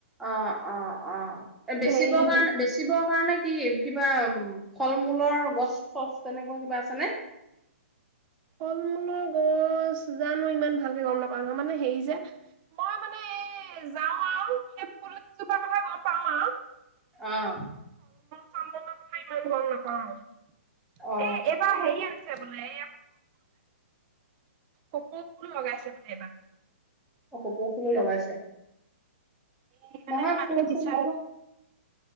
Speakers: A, in the centre; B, on the right (about 35°).
A: অ - অ - অ এ', বেচিবৰ
B: হেৰি
A: কাৰণে - বেচিবৰ কাৰণে কি কিবা ফল-মূলৰ গছ চছ তেনেকুৱা কিবা আছেনে?
B: ফল-মূলৰ গছ জানো ইমান ভালকে গম নাপাও, নহয় মানে হেৰি যে মই মানে এই যাও আৰু সেই ফুল কেইজোপাৰ কথা গম পাওঁ আৰু
A: অহ ',
B: চন্দন কথা ইমান গম নাপাওঁ।
A: অ
B: এ ', এবাৰ হেৰি আ ছে বোলে ই <unintelligible> কপৌ ফুলো লগাইছে বোলে এইবাৰ।
A: অ', কপৌ ফুলো লগাইছে?
B: হেৰি মানে
A: নহয়
B: মানুহে
A: ফুল চুল
B: বিচাৰে
A: বোলো।